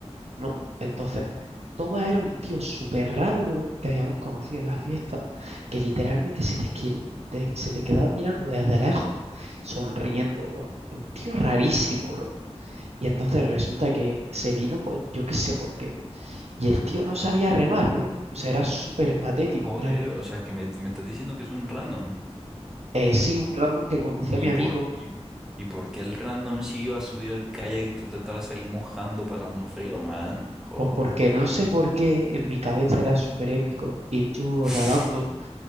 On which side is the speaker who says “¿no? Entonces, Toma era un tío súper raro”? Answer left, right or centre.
Right